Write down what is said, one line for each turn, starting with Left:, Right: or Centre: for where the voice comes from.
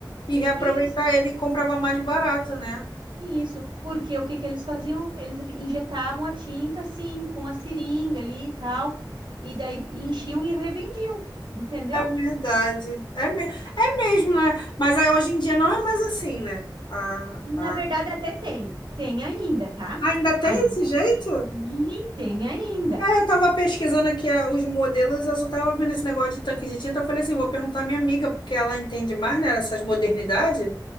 Left: e reaproveitar
Right: isso,
Left: ele e comprava mais barato, né?
Right: isso. Porque o que que eles faziam? Eles injetavam a tinta assim, com a seringa ali e tal, e daí enchiam e revendiam, entendeu?
Left: Verdade. É, me... é mesmo, né? Mas aí hoje em dia não é mais assim, né? Ah, ah.
Right: Na verdade, até tem. Tem ainda, tá?
Left: Ainda tem
Right: Ainda
Left: esse jeito?
Right: Sim, tem ainda.
Left: É, eu tava pesquisando aqui ah, os modelos, eu só tava vendo esse negócio de tanque de tinta. Eu falei assim, vou perguntar à minha amiga, porque ela entende mais, né, dessas modernidades,